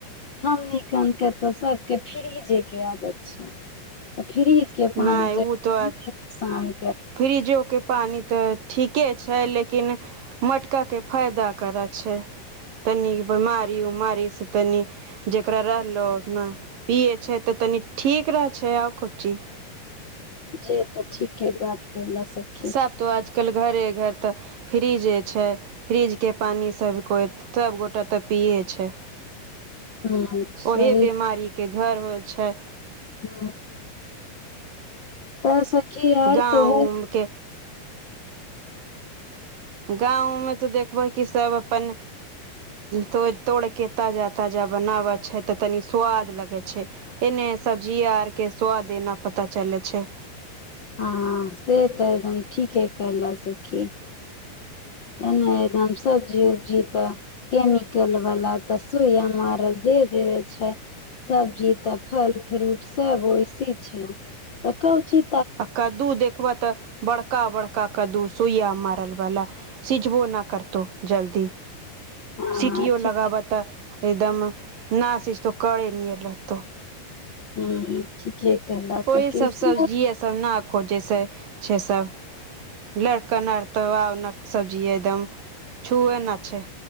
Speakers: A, on the left; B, on the right.
A: हमनी क तऽ सभके फ्री जायके आदत छै फ्रीजके पानि
B: नहि ओ
A: जेसान
B: तऽ फ्रिजो के पानी तऽ ठीके छै लेकिन मटकाके फायदा करऽ छै तनी बमारी उमारी पस तनी जेकरा रहलो उतना पियए छै तऽ तनी ठीक रह छै आउ कची
A: जे तऽ ठीक ह बात केेला सखी
B: सब तो आजकल घरे घर तऽ फ्रिजे छै फ्रीजके पानि सब कोइ सबगोटा तऽ पीै छै
A: हूं सही
B: ओही बीमारी के घर हो छै
A: आ तऽ से की यार
B: गाँव
A: तोह
B: के गाँंवमें तऽ देखबै कि सब अपन तोड़ तोड़िके ताजा ताजा बनाबै छै तऽ तनी स्वाद लगै छै एने सब्जी आरके स्वाद एना पता चलै छै
A: हँ से तऽ एकदम ठीके करल सखी एने एकदम सब्जी उब्जी तऽ केमिकल वला तऽ सुया मारल दे देबे छै सब्जी तऽ फल फ्रूट सब वैसी छै तऽ कची
B: आ कद्दू देखबह तऽ बड़का बड़का कद्दू सुइया मार बला सिझबो न करतौ जल्दी
A: हँ
B: सीटियो
A: ठीक
B: लगाबह तऽ एकदम नशीस त के नर रहत
A: ह ठीके कहला सखी
B: को सब
A: हँ
B: सब्जी य सब न खोजैसँ छै सभ लड़कनर तऽ आ न सब्जी एकदम छुए ने अचछ